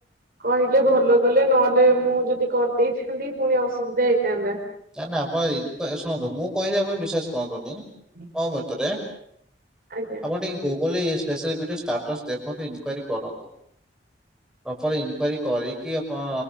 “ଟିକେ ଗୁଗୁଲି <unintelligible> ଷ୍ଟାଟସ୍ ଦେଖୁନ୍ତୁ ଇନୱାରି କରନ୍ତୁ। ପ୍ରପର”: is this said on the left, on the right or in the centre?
Centre